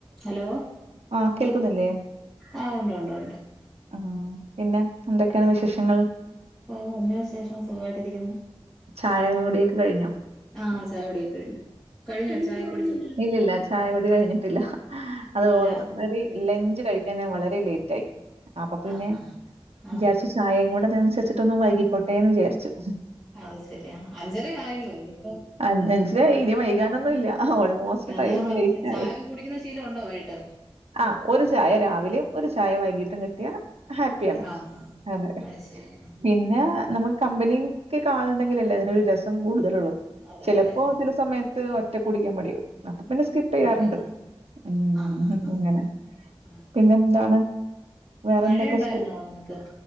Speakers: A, in the centre; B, on the right (about 85°).
A: Hello
B: ആ കേൾക്കുന്നില്ലേ?
A: ആഹ് ഉണ്ട് ഉണ്ട് ഉണ്ട്
B: ആഹ് പിന്നെ എന്തൊക്കെയാണ് വിശേഷങ്ങൾ
A: ഓ എന്നാ വിശേഷം സുഖമായിട്ടിരിക്കുന്നു
B: ചായ കുടിയൊക്കെ കഴിഞ്ഞോ?
A: ആഹ് ചായ കുടി ഒക്ക കഴിഞ്ഞു കഴിഞ്ഞോ ചായ കുടിച്ചോ
B: ഇല്ല ഇല്ലാ ചായ കുടി കഴിഞ്ഞിട്ടില്ല അത്
A: ഇല്ല
B: ഓൾറെഡി ലഞ്ച് കഴിക്കൻ വളരെ ലേറ്റ് ആയി അപ്പൊ പിന്നെ
A: ആഹ് ആഹ് ആഹ്
B: വിജാരിച്ചു ചായയും കൂടെ അതനുസരിച്ചിട്ടൊന്ന് വൈകിക്കോട്ടേ എന്ന് വിചാരിച്ചു
A: അത് ശരിയാ അഞ്ചര ആയല്ലോ ഇനിയിപ്പോ
B: അഞ്ച് അഞ്ചരയായി ഇനി വൈകാനൊന്നും ഇല്ല മോസ്റ്റ്
A: അതാ
B: ടൈം
A: പറഞ്ഞെ
B: ലേറ്റ് ആയി
A: ചായ കുടിക്കുന്ന ശീലം ഉണ്ടോ വൈകിട്ട്
B: ആഹ് ഒരു ചായ രാവിലെയും ഒരു ചായ വൈകീട്ടും കിട്ടിയാ ഹാപ്പിയാണ്
A: ആഹ് ആഹ്
B: അതെ
A: അത് ശരി
B: പിന്നെ നമ്മുക്ക് കമ്പനി ക്കെ ആളുണ്ടെങ്കിൽ അല്ലേ അതിനൊരു രസം കൂടുതലള്ളൂ
A: അതെ
B: ചിലപ്പോ
A: അതെ അതെ
B: ചില സമയത്ത് ഒറ്റക്ക് കുടിക്കാൻ മടിയാവും അപ്പൊ പിന്നെ സ്കിപ്പ് ചെയ്യാറുണ്ട്
A: കുടിക്കുന്ന
B: ഉം
A: ആഹ് ആഹ് ആഹ്
B: അങ്ങനെ
A: ആഹ്
B: പിന്നെ എന്താണ് വേറെ
A: മഴയുണ്ടായിരുന്നോ
B: എന്തൊക്കെ സ്കൂ
A: നിങ്ങക്ക്